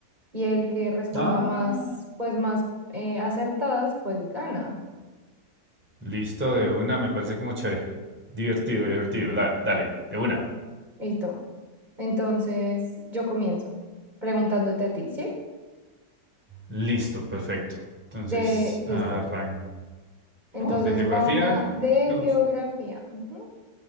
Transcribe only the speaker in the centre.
Ah,
listo, de una. Me parece como chévere. Divertido, divertido. la- dale, de una.
Listo, perfecto. Entonces,
arranquemos.
De geografía.
Me gusta.